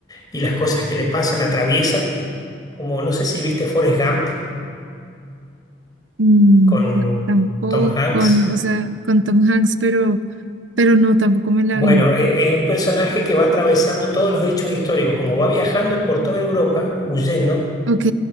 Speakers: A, on the left; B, on the right.
A: y las cosas que le pasan atraviesa, como no sé si viste Forrest Gump
B: Mm,
A: con
B: tampoco
A: Tom Hanks.
B: con, o sea, con Tom Hanks, pero, pero no, tampoco me la
A: Bueno,
B: vi.
A: e- es un personaje que va atravesando todos los hechos históricos, como va viajando por toda Europa, huyendo,
B: Ok,